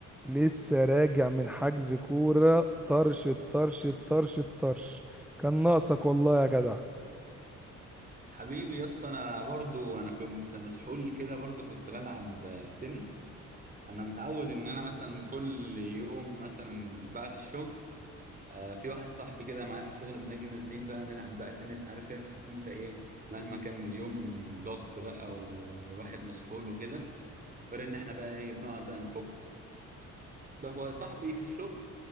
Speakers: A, in the centre; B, on the right (about 30°).
A: لسه راجع من حجز كورة طرش الطرش الطرش الطرش كان ناقصك والله يا جدع
B: حبيبي يا اسطى انا برضو انا كنت مسحول كده برضو كنت بلعب تنس انا متعود ان انا مثلا كل يوم مثلا بعد الشغل آه، في واحد صاحبي كده معايا في الشغل بنيجي نازلين بقى نلعب بقى تنس عارف انت ايه مهما كان اليوم ضغط بقى والواحد مسحول وكده غير ان احنا بقى ايه بنقعد بقى نفك بقى هو صاحبي في الشغل